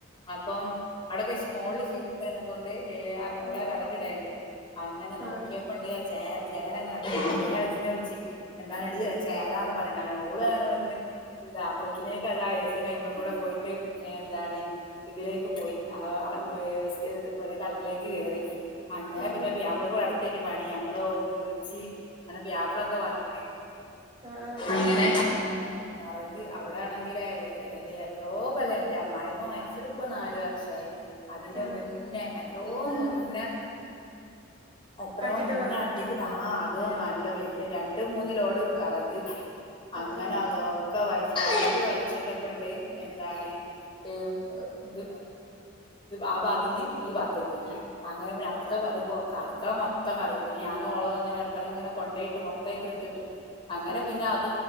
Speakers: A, on the left; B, on the right.
A: അപ്പം അവിടെ ക- മോള് ഷീറ്റിട്ടെനെകൊണ്ട് ഏ അവിടെ
B: ആഹ് ആഹ്
A: വെറകിടേണ്ട് അങ്ങനെ
B: ആഹ്
A: നോക്കിയപ്പ ചേര ചേരങ്ങനെ ഞാൻ വേം എളയച്ചിനെ വിളിച്ചി എന്താണ് എടീ ചേരാന്ന് പറഞ്ഞിട്ട് അങ്ങനെ ഓള് അങ്ങനെ വന്ന് എന്താ അപ്പക്കിനേക്കതാ എ സിടെ അതുമ്മേകൂടെ പോയിട്ട് എന്താണ് ഇതിലേക്ക് പോയി ആ ഏ ഇവിടെക്കെ അടക്കളേക്ക് കേറി അങ്ങനെ
B: ആഹ്
A: പിന്നെ പുയ്യാപ്പിളക്ക് ഇവിടെ അടുത്തയ്നു പണി ഞങ്ങളോ നെ വിളിച്ച് അങ്ങനെ പുയ്യാപ്ലാക്കെ വന്ന്
B: ആഹ് ആഹ്
A: അങ്ങനെ പേറക് അവിടെ ആണെങ്കിലേ എത്രോ കൊല്ലോ ന്റെ അമ്മായിമ്മ മരിച്ചിട്ടിപ്പോ നാലു വർഷായി അതിന്റെ
B: ആഹ്
A: മുന്നേ എത്രോ മുന്നെ എത്രോ
B: അട്ടിട്ട
A: മുന്നെ
B: വിറകാ
A: അട്ടി <unintelligible> ആ അതോ നല്ല വല്യ രണ്ട് മൂന്ന് ലോഡ് വെറക് അങ്ങനെ
B: ആഹ് ആഹ്
A: അതൊക്കെ വലി പകതി വലിച്ചിട്ടപ്പൊണ്ട് എന്താണ് ഏ ഇത് ആ ഭാഗത്തുന്ന് ഈ ഭാഗത്തേക്ക് പോയി അങ്ങനെ പിന്നെ അവിടുത്തെ വെറകും ഒക്കെ അടു ത്തമൊ ത്തമർഗം പിന്നെ ഓളും ഇടക്കടെനങ്ങനെ കൊണ്ടോയിട്ട് പുറത്തേക്കെടുത്തിട്ട് അങ്ങനെ
B: ആഹ്
A: പിന്നെ അത്